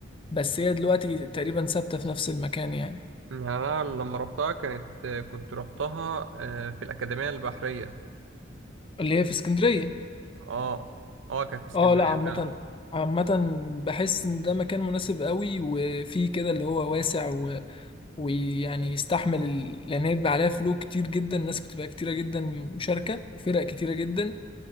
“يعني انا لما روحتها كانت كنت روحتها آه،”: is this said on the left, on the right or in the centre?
Right